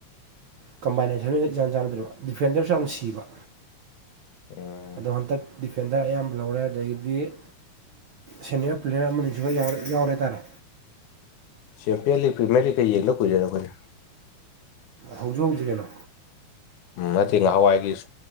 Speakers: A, on the right; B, on the left.
A: ꯀꯝꯕꯥꯏꯅꯦꯁꯟ ꯏꯥꯟ ꯆꯥꯟꯅꯗꯣꯔꯤꯕ ꯗꯤꯐꯦꯟꯗꯔꯁꯨ ꯌꯥꯝ ꯁꯤꯕ
B: ꯎꯝ
A: ꯑꯗꯣ ꯍꯟꯇꯛ ꯗꯤꯐꯦꯟꯗꯔ ꯑꯌꯥꯝꯕ ꯂꯧꯔꯦ ꯑꯗꯒꯤꯗꯤ ꯁꯦꯅꯤꯌꯔ ꯄ꯭ꯂꯦꯌꯔ ꯑꯃꯅꯤꯁꯨꯒ ꯌꯥꯎꯔꯦ ꯍꯥꯏ ꯇꯥꯔꯦ
B: ꯆꯦꯝꯄꯤꯌꯟ ꯂꯤ ꯄ꯭ꯔꯤꯃꯤꯌꯥꯔꯤ ꯀꯩ ꯌꯦꯡꯕ ꯀꯨꯏꯖꯔꯛꯄꯅꯤ
A: ꯍꯧꯖꯤ ꯍꯧꯗ꯭ ꯀꯩꯅꯣ
B: ꯎ ꯅꯠꯇꯦ ꯉꯍꯥꯟꯋꯥꯏꯒꯤꯁꯨ